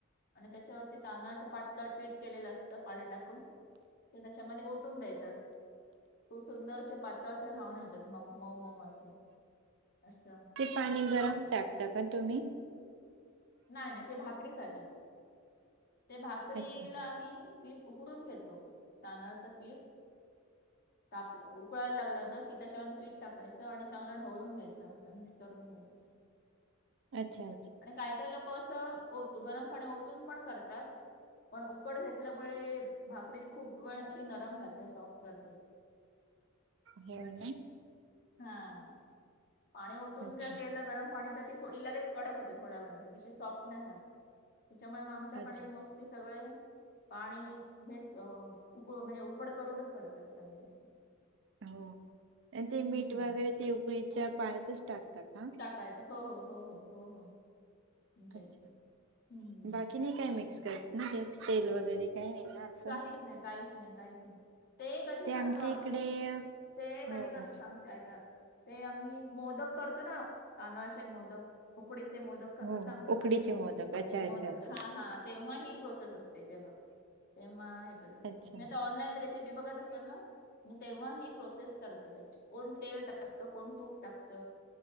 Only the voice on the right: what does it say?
ते पाणी गरम टाकता का तुम्ही?
अच्छा
अच्छा अच्छा
हो ना
अच्छा
अच्छा
हो हो आणि ते
मीठ वगैरे ते उकळीच्या पाण्यातच टाकता का?
अच्छा,
बाकी नाही काय मिक्स करत ना ते तेल वगैरे काही नाही ना. असं
आमच्या
इकडे
हो
हो
हो
उकडीचे मोदक अच्छा
अच्छा अच्छा
अच्छा